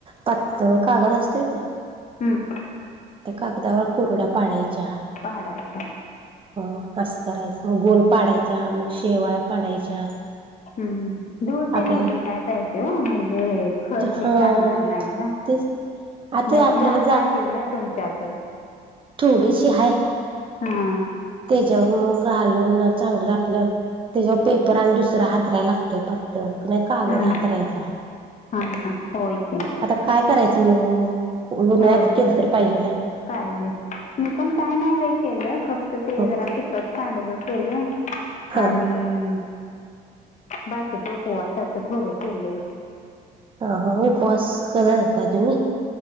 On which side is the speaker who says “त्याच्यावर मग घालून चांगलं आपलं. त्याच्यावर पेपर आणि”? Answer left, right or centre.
Right